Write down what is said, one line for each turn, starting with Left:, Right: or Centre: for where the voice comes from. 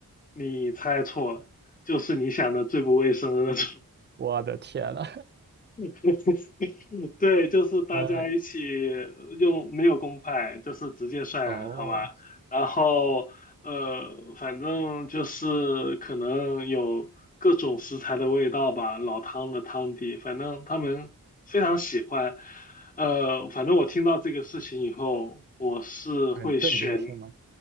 Left: 你猜错了，就是你想的最不卫生的那种。
Right: 我的天呐，
Left: <laughs> 对，就是大家一起
Right: <laughs> 呃，
Left: 用没有公筷，就是直接算，
Right: 哦，
Left: 好吧？然后呃，反正就是可能有各种食材的味道吧，老汤的汤底，反正他们非常喜欢。呃，反正我听到这个事情以后，我是会选，
Right: 很震惊是吗？